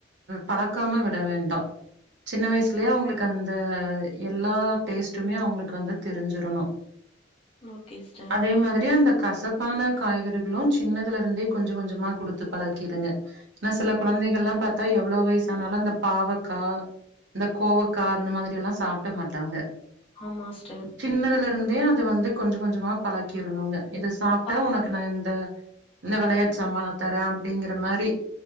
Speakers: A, on the right; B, on the left.
A: பழக்காம விட வேண்டா சின்ன வய்சுலே அவுங்ளுக் அந்த எல்லா டேஸ்ட்டுமே அவுங்ளுக்கு வந்து தெரிஞ்சிருனு
B: ஓகே சிஸ்டர்
A: அதே மாதிரி அந்த கசப் பான காய்கறிகளு சின்னதுலருந்தே கொஞ்ச கொஞ்சமா குடுத்து பழக்கிருங்க னா சில குழந்தைகள்ல்லா பாத்தா எவ்ளோ வய்சானாலு அந்த பாவக்கா இந்த கோவக்கா அந்த மாதிரில்லா சாப்ட மாட்டாங்க
B: ஆமா ஸ்டர்
A: சின்னதுலருந்தே அத வந்து கொஞ்ச கொஞ்சமா பழக்கிருனுங்க இது சாப்ட்டா
B: பாப்பாக்கு
A: ஒனக்கு நா இந்த இந்த வெளயாட்டு சாமான தரே அப்டிங்ற மாரி